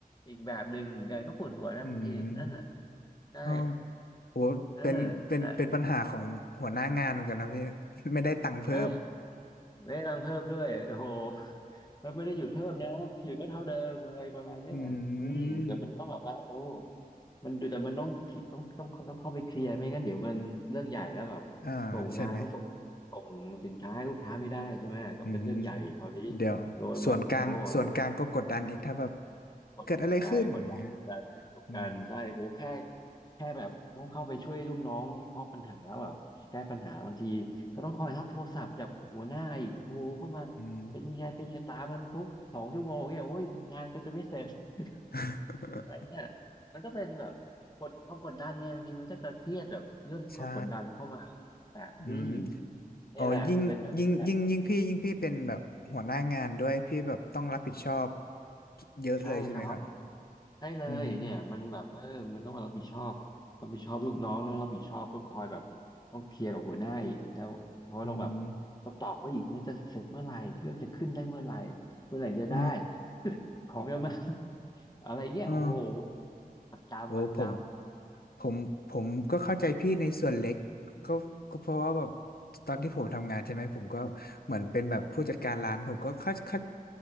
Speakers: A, on the left; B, on the left.
A: อีกแบบหนึ่งเหมือนกันก็ปวดหัวแล้วบางทีนั่นน่ะ
B: อืม
A: ใช่
B: เออโหเป็นเป็นเป็นปัญหาของหัวหน้างานเหมือนกันนะพี่
A: เออแต่
B: <laughs> ไม่ได้ตังค์เพิ่ม
A: ใช่ไม่รังเพิ่มด้วยโอ้โห ก็ไม่ได้หยุดเพิ่มนะหยุดก็เท่าเดิมอะไรประมาณเนี้ยแหละอืมแต่มันต้องแบบว่าโอ้
B: <laughs> อืม
A: มันอยู่แต่มันต้องคิต้องต้องต้องเข้าไปเคลียร์ไม่งั้นเดี๋ยวมันเรื่องใหญ่แล้วแบบส่งงานเขาส่งส่งสินค้าให้ลูกค้าไม่ได้ใช่ไหมก็เป็นเรื่องใหญ่คราวนี้
B: อ่าใช่ไหมอืมเดี๋ยวส่วนกลางส่วนกลางก็กดดันอีกถ้าแบบ
A: โดนแบบโอ้เดี๋ยว กดใช่กดดันกดดันกดดันใช่โอ้แค่
B: เกิดอะไรขึ้นอย่างเงี้ยอืม
A: แค่แบบต้องเข้าไปช่วยลูกน้องวิเคราะห์ปัญหาแล้วแบบแก้ปัญหาบางทีก็ต้องคอยรับโทรศัพท์จากหัวหน้าอีกโอ้โหเข้ามาเป็นยังไงเป็นยังไงตามมันทุกสองชั่วโมงเนี่ยโอ้ยงานก็จะไม่เสร็จ
B: อืม <laughs>
A: <laughs> อะไรเนี่ยมันก็เป็นแบบกดความกดดันไงบางทีมันก็จะเครียดแบบเรื่องความกดดันเข้ามา
B: ใช่
A: อ่ะอืม
B: อืม
A: นี่แหละเป็นแบบนี้แหละ
B: อ๋อยิ่งยิ่งยิ่งยิ่งพี่ยิ่งพี่เป็นแบบหัวหน้างานด้วยพี่แบบต้องรับผิดชอบเยอะเลยใช่ไหมครับ
A: ใช่ครับ ใช่เลยเนี่ยมันแบบเออมันต้องมารับผิดชอบรับผิดชอบลูกน้องต้องรับผิดชอบต้องคอยแบบต้องเคลียร์กับหัวหน้าอีกแล้วเพราะว่าต้องแบบ
B: อืม อืม
A: ต้องตอบว่าอีกเนี่ยจะเสร็จเมื่อไหร่เครื่องจะขึ้นได้เมื่อไหร่เมื่อไหร่จะได้
B: อ๋อ
A: <laughs> ของจะมา <laughs> อะไรเงี้ยโอ้โห
B: อ๋อ
A: ประจำประจ
B: โอ้ผมผมผมก็เข้าใจพี่ในส่วนเล็กก็ก็เพราะว่าแบบตอนที่ผมทำงานใช่ไหมผมก็เหมือนเป็นแบบผู้จัดการร้านผมก็เข้าเข้า